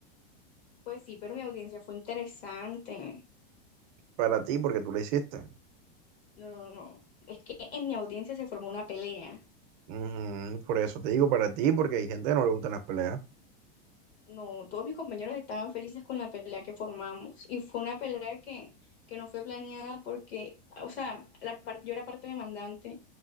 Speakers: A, on the left; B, on the right.
A: Pues sí, pero mi audiencia fue interesante.
B: Para ti, porque tú lo hiciste.
A: No, no, no. Es que en mi audiencia se formó una pelea.
B: Ujú, por eso te digo para ti, porque hay gente que no le gustan las peleas.
A: No, todos mis compañeros estaban felices con la pelea que formamos y fue una pelea que, que no fue planeada porque, o sea, la par- yo era parte demandante